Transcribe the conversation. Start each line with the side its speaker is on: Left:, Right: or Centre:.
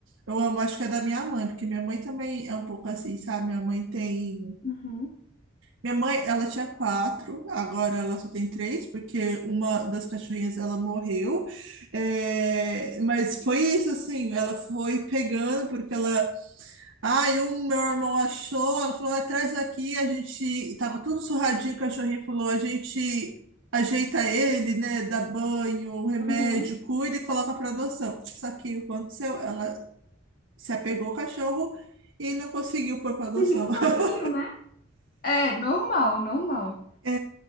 Right: Eu amo, acho que é da minha mãe, porque minha mãe também é um pouco assim, sabe? Minha mãe tem.
Left: Uhum.
Right: Minha mãe, ela tinha quatro, agora ela só tem três, porque uma das cachorrinhas ela morreu. É, Mas foi isso, assim, ela foi pegando, porque ela. Ai, ah, um meu irmão achou, ela falou: "Ai, traz aqui, a gente. Tava tudo surradinho, o cachorrinho falou: a gente. Ajeita ele, né? Dá banho, remédio,
Left: Uhum.
Right: cuida e coloca para adoção. Só que o que aconteceu? Ela se apegou ao cachorro e não conseguiu pôr para adoção.
Left: E não conseguiu,
Right: <laughs>
Left: né? É, normal, normal.
Right: É,